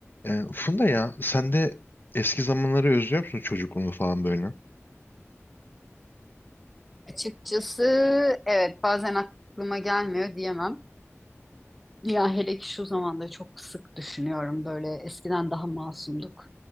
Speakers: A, on the left (about 45°); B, in the centre.
A: Ee, Funda ya sen de eski zamanları özlüyor musun çocukluğunu falan böyle?
B: Açıkçası evet bazen aklıma gelmiyor diyemem. Ya hele ki şu zamanda çok sık düşünüyorum böyle eskiden daha masumduk.